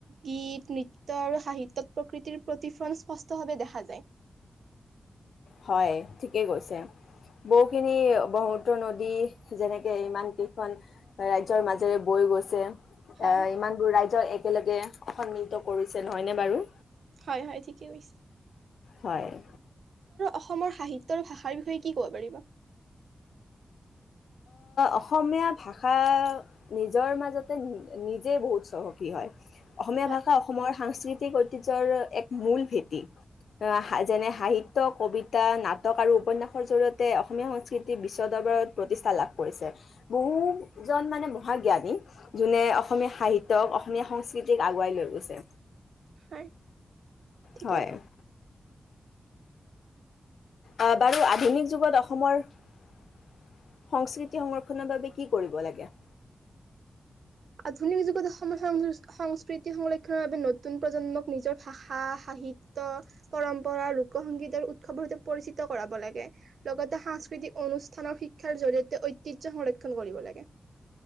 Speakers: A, on the right (about 75°); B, on the left (about 80°).
A: গীত নৃত্য আৰু সাহিত্যত প্ৰকৃতিৰ প্ৰতিফলন স্পষ্টভাৱে দেখা যায়
B: হয় ঠিকেই কৈছে বহুখিনি ব্ৰহ্মপুত্ৰ নদী যেনেকে ইমান কেইখন ৰাজ্যৰ মাজেৰে বৈ গৈছে অ
A: হয়
B: ইমান দোৰ ৰাইজৰ এক একেলগে সন্মিলিত কৰিছে নহয়নে বাৰু
A: হয় হয় ঠিকেই কৈছে
B: হয়।
A: অসমৰ সাহিত্য আৰু ভাষাৰ বিষয়ে কি ক'ব পাৰিবা
B: অসমীয়া ভাষা নিজৰ মাজতে নিজেই বহুত চহকী হয় অসমীয়া
A: হয়
B: ভাষা অসমৰ সাংস্কৃতি ঐতিহ্যৰ এক মূল ভেটি যেনে সাহিত্য কবিতা নাটক আৰু উপন্যাসৰ জৰিয়তে অসমীয়া সংস্কৃতি বিশ্ব দৰবত প্ৰতিষ্ঠা লাভ কৰিছে বহুজন মানে মহাজ্ঞানী যোনে অসমীয়া সাহিত্যক অসমীয়া সংস্কৃতিক আগুৱাই লৈ গৈছে
A: হয় ঠিকে
B: হয়। <inaudible> অ বাৰু আধুনিক যুগত অসমৰ সংস্কৃতি সংৰক্ষণৰ বাবে কি কৰিব লাগে। <inaudible>
A: আধুনিক যুগত অসমৰ সংস্কৃতি। <inaudible> সংস্কৃতি সংৰক্ষণৰ বাবে নতুন প্ৰজন্মক নিজৰ ভাষা, সাহিত্য পৰম্পৰা লোকসংগীত আৰু উৎসৱৰ সৈতে পৰিচিত কৰাব লাগে। লগতে সাংস্কৃতিক অনুষ্ঠানৰ শিক্ষাৰ জডৰিয়তে ঐতিহ্য সংৰক্ষণ কৰিব লাগে। <inaudible>